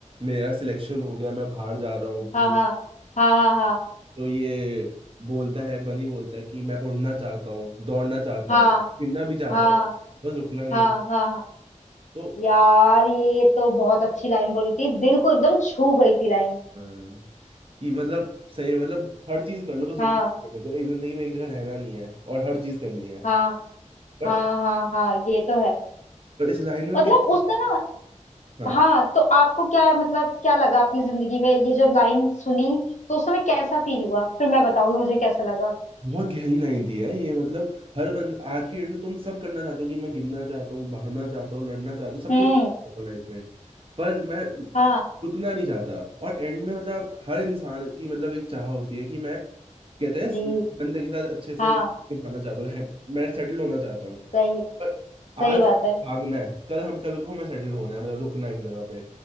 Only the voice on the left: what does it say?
हाँ
हाँ हाँ हाँ हाँ
हाँ
हाँ
हाँ
हाँ हाँ।
यार ये तो बहुत अच्छी लाइन बोली थी दिल को एकदम छू गई थी लाइन
हाँ
हाँ
हाँ हाँ हाँ ये तो है
मतलब
उसने ना
हाँ तो आपको क्या मतलब क्या लगा अपनी जिंदगी में ये जब लाइन सुनी तो उस समय कैसा फील हुआ फिर मैं बताऊंगी मुझे कैसा लगा
हम्म
हाँ
जी
हाँ
सही
सही
बात है